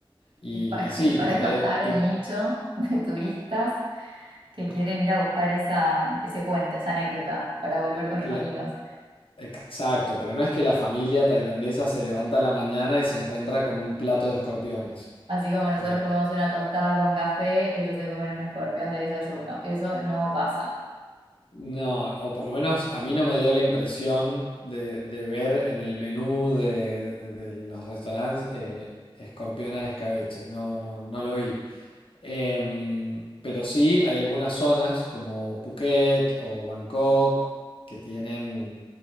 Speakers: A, on the left; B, on the right.
A: Y,
B: Es para,
A: y sí,
B: es para
A: y poder...
B: captar
A: y
B: el nicho de turistas que quieren ir a buscar esa, ese cuento, esa anécdota, para volver con
A: cla-
B: los amigos.
A: Exacto, pero no es que la familia tailandesa se levanta a la mañana y se encuentra con un plato de escorpiones.
B: Así como nosotros
A: Eh,
B: comemos una tostada con café, ellos se comen un escorpión de desayuno. Eso no pasa.
A: No, o por lo menos a mí no me dio la impresión de, de ver en el menú de, de los restaurantes eh, escorpión al escabeche. No, no, no lo vi. Em, pero sí hay algunas zonas como Phuket o Bangkok que tienen